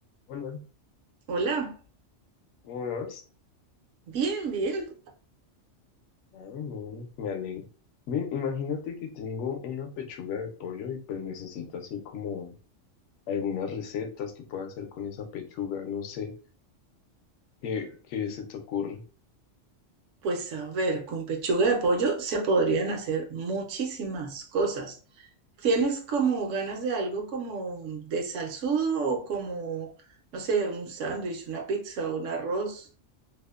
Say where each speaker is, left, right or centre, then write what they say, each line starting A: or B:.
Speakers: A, on the left; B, on the right.
A: Hola,
B: Hola,
A: ¿cómo me vas?
B: bien, bien.
A: Ah, bueno, me alegro. Bien, imagínate que tengo una pechuga de pollo y pues necesito así como algunas recetas que pueda hacer con esa pechuga, no sé, ¿qué, qué se te ocurre?
B: Pues a ver, con pechuga de pollo se podrían hacer muchísimas cosas. ¿Tienes como ganas de algo como de salsudo o como, no sé, un sándwich, una pizza, o un arroz?